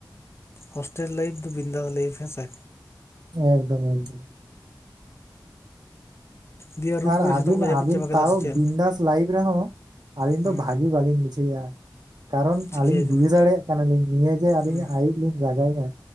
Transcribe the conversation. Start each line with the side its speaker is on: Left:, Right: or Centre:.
Left: ᱦᱳᱥᱴᱮᱞ ᱞᱟᱭᱤᱯᱷ ᱫᱚ ᱵᱤᱱᱫᱟᱥ ᱞᱟᱭᱤᱯᱷ ᱦᱮᱸ ᱥᱮ
Right: ᱮᱠᱫᱚᱢ ᱮᱠᱫᱚᱢ
Left: ᱫᱤᱭᱮ ᱨᱩᱢ
Right: ᱟᱨ
Left: ᱠᱚᱨᱮ
Right: ᱟᱵᱤᱱ
Left: ᱡᱷᱚᱛᱚ ᱠᱚ ᱡᱟᱹᱯᱤᱫ
Right: ᱟᱵᱤᱱ
Left: ᱪᱟᱵᱟ ᱠᱮᱫᱟ
Right: ᱛᱟᱣ
Left: ᱥᱮ ᱪᱮᱫ
Right: ᱵᱤᱱᱫᱟᱥ ᱞᱟᱭᱤᱯᱷ ᱨᱮᱦᱚᱸ ᱟᱹᱞᱤᱧ
Left: ᱦᱩᱸ
Right: ᱫᱚ ᱵᱷᱟᱹᱜᱤ ᱵᱟᱹᱞᱤᱧ ᱵᱩᱡᱷᱟᱹᱣᱭᱟ ᱠᱟᱨᱚᱱ
Left: ᱪᱤᱠᱟᱹᱭ
Right: ᱟᱹᱞᱤᱧ
Left: ᱠᱟᱱᱟ
Right: ᱵᱩᱡᱷᱟᱹᱣ ᱫᱟᱲᱮᱭᱟᱜ ᱠᱟᱱᱟᱞᱤᱧ ᱱᱤᱭᱟᱹ ᱡᱮ ᱟᱹᱞᱤᱧᱟᱜ
Left: ᱦᱩᱸ
Right: ᱟᱹᱭᱩᱵ ᱞᱤᱧ ᱞᱟᱜᱟᱭᱮᱫᱼᱟ